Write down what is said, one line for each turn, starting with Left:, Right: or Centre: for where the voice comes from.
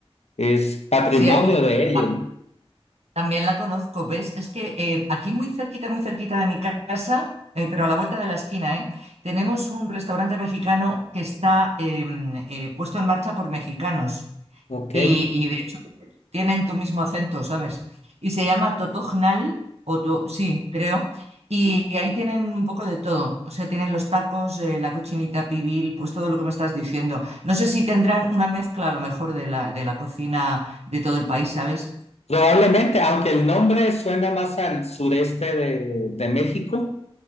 Left: es patrimonio
Right: Sí, aquí.
Left: de ellos.
Right: ah, También la conozco, ¿ves? Es que eh, aquí muy cerquita, muy cerquita de mi ca- casa, eh, pero a la vuelta de la esquina, ¿eh? Tenemos un restaurante mexicano que está em, eh, puesto en marcha por mexicanos
Left: Ok.
Right: y, y, de hecho tienen tu mismo acento, ¿sabes? Y se llama Totognal, o To- sí, creo, y ahí tienen un poco de todo, o sea, tienen los tacos, eh, la cochinita pibil, pues todo lo que me estás diciendo. No sé si tendrán una mezcla a lo mejor de la, de la cocina de todo el país, ¿sabes?
Left: Probablemente, aunque el nombre suena más al sureste de, de México,